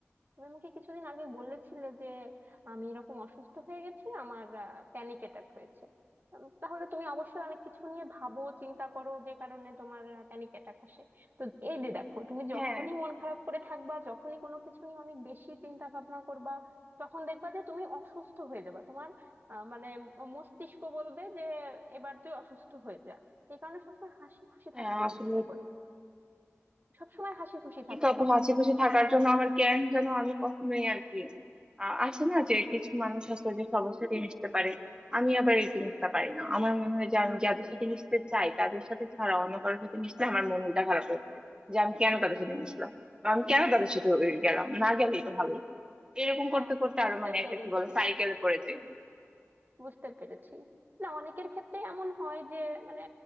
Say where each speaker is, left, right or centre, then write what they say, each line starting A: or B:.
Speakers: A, on the right; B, on the right.
A: তুমি আমাকে কিছুদিন আগে বলেছিলে যে আমি এরকম অসুস্থ হয়ে গেছি আমার প্যানিক অ্যাটাক হয়েছে উম, তাহলে তুমি অবশ্যই অনেক কিছু নিয়ে ভাবো চিন্তা করো যে কারণে তোমার প্যানিক অ্যাটাক আসে তো এই যে দেখো তুমি যখনই
B: হ্যাঁ
A: মন খারাপ করে থাকবা যখনই কোনো কিছু নিয়ে অনেক বেশি চিন্তা ভাবনা করবা তখন দেখবা যে তুমি অসুস্থ হয়ে যাবা তোমার আহ, মানে ম- মস্তিষ্ক বলবে যে এবার তুই অসুস্থ হয়ে যা এই কারণে সবসময় হাসি খুশি
B: হ্যাঁ
A: থাকতে
B: আসলে
A: চেষ্টা করবা সবসময় হাসি খুশি
B: কিন্তু
A: থাকতে
B: অত
A: হবে
B: হাসি খুশি থাকার জন্য আমার জ্ঞান যেন আমি কখনোই আর কি আ- আছে না যে কিছু মানুষ আছে যে সবার সাথে মিশতে পারে আমি আবার এই জিনিসটা পারি না আমার মনে হয় যে আমি যাদের সাথে মিশতে চাই তাদের সাথে ছাড়া অন্য কারোর সাথে মিশলে আমার মনটা খারাপ হয়ে যায় যে আমি কেন তাদের সাথে মিশলাম বা আমি কেন তাদের সাথে গেলাম না গেলেই তো ভালোই এরকম
A: হ্যাঁ
B: করতে
A: আমি
B: করতে
A: বুঝতে
B: আরো মানে
A: পেরেছি
B: একটা কি বলে সাইকেলে পড়ে যাই
A: বুঝতে পেরেছি না অনেকের ক্ষেত্রে এমন হয় যে মানে